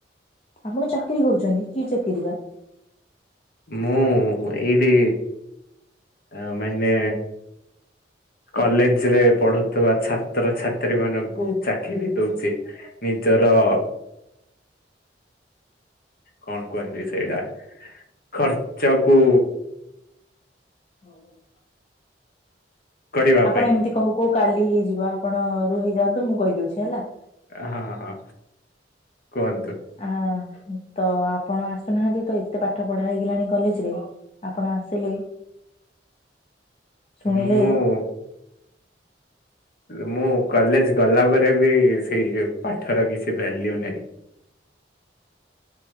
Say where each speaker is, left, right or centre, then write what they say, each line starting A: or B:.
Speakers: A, on the left (about 35°); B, on the left (about 55°).
A: ଆପଣ ଚାକିରି କରୁଚନ୍ତି କି ଚାକିରି ବା?
B: ମୁଁ ଏଇଠି ଆ ମାନେ କଲେଜ ରେ ପଢୁଥୁବା ଛାତ୍ରଛାତ୍ରୀ ମାନଙ୍କୁ ଚା ଚାକିରି ଦଉଚି। ନିଜର କଣ କୁହନ୍ତି ସେଇଟା ଖର୍ଚ୍ଚ କୁ
A: ହଉ ହଉ।
B: କରିବା
A: ଆପଣ
B: ପାଇଁ
A: ଏମିତି କହୁ କହୁ କାଲି ହେଇଯିବ ଆପଣ ରହି ହେଇଯାଆନ୍ତୁ ମୁଁ କହିଦଉଛି ହେଲା।
B: ହଁ ହଁ କୁହନ୍ତୁ।
A: ହଁ ତ ଆପଣ ଆସୁନାହାନ୍ତି ତ ଏତେ ପାଠ ପଢା ହେଇଗଲାଣି କଲେଜ ରେ, ଆପଣ ଆସିଲେ ଶୁଣିଲେ
B: ମୁଁ। ମୁଁ କଲେଜ ଗଲା ପରେ ବି ସେଇ ପାଠର କିଛି ଭାଲ୍ୟୁ ନାହିଁ।